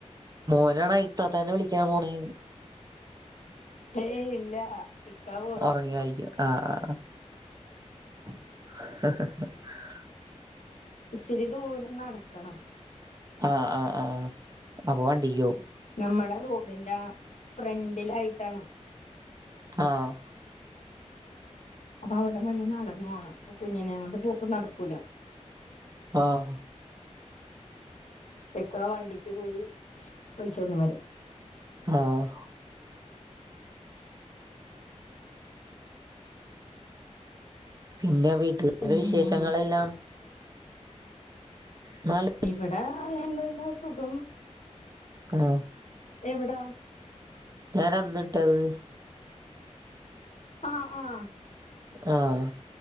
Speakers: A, on the right; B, on the left.
A: മോനാണോ ഇത്താത്താനെ വിളിക്കാന് മോന്നേ
B: ഏ ഇല്ല ഇക്കാ പോവും
A: ഒറങ്ങായിരിക്കും ആഹ്
B: ഇച്ചിരി ദൂരം നടക്കണം
A: ആഹ് ആഹ് ആഹ് അപ്പൊ വണ്ടി വണ്ടിക്യോവും
B: നമ്മടെ റോഡിന്റെ ഫ്രണ്ടിലായിട്ടാണ്
A: ആഹ്
B: അപ്പൊ അവിടെ മെല്ല നടന്നു പോണം അപ്പ കുഞ്ഞിനെകൊണ്ട് പോക്കും നടക്കൂല
A: ആഹ്
B: പെക്ക വണ്ടിക്ക് പോയി വിളിച്ചോണ്ട് വരും
A: ആഹ് പിന്നെ വീട്ടിൽത്തെ
B: പിന്നെ
A: വിശേഷങ്ങളെല്ലാം ന്നാള്
B: ഇവിടെ അൽഹംദുലില്ലാ സുഖം
A: ആഹ്
B: എവ്‌ടാ
A: ഞാൻ അന്നിട്ടത്
B: ആഹ് ആഹ്
A: ആഹ്